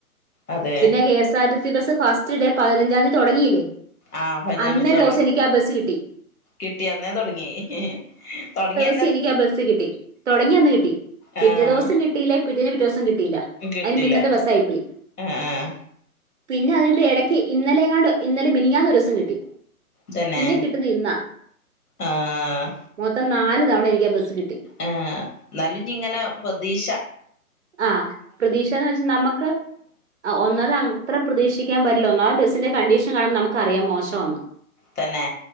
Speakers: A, on the left; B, on the right.
A: അതെ
B: പിന്നെ K S R T C bus first day പതിനഞ്ചാന്തി തൊടങ്ങീല്ലേ
A: ആഹ് പതിഞ്ഞാണ്ടി
B: അന്നേ
A: തൊടങ്ങി
B: ദിവസം എനിക്ക് ആ ബസ്സ് കിട്ടി
A: കിട്ടി അന്നേ തൊട്ങ്ങി തൊടങ്ങി
B: ചു എനിക്കാ ബസ് കിട്ടി തൊടങ്ങന്ന് കിട്ടി പിറ്റേ
A: ആഹ്
B: ദിവസം കിട്ടിയില്ല പിറ്റേന്ന് പിറ്റെ ദിവസം കി ട്ടിയില്ല
A: കിട്ടില്ല
B: അയിന് മിന്നത്തെ ബസായിപ്പോയി
A: ആഹ് ആഹ്
B: പിന്നെ അതയ്ഞ്ഞ്ട്ട് എടയ്ക്ക് ഇന്നലെങ്ങാണ്ടോ ഇന്നലെ മിനിയാന്നൊരോസം കിട്ടി
A: തന്നെ
B: പിന്നെ കിട്ടുന്ന ഇന്നാ
A: ആഹ്
B: മൊത്തം നാല് തവണ എനിക്ക് ആ ബസ് കിട്ടി
A: ആഹ് ന്നാലുഞ്ഞ്ങ്ങനെ പ്രതീശ
B: ആഹ് പ്രതീക്ഷാന്ന് വെച്ച് നമക്ക് ഒന്നാത് അത്ര പ്രതീക്ഷിക്കാൻ പറ്റ ല്ല ഒന്നാമതെ ബസിന്റെ കണ്ടീഷൻ കാണുമ്പം നമുക്കറിയാം മോശാന്ന്
A: തന്നെ